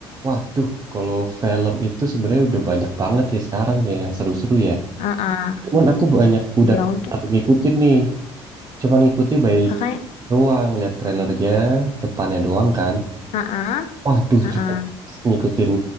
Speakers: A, on the right; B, on the left.
A: Waduh, kalau film itu sebenarnya udah banyak banget ya sekarang ya yang seru-seru ya.
B: Heeh,
A: Cuman aku banyak udah
B: iya mungkin.
A: ngikutin nih. Cuman ngikutin baik
B: Kakaknya,
A: doang, lihat trailernya, depannya doang kan.
B: heeh,
A: Waduh,
B: heeh,
A: juga ngikutin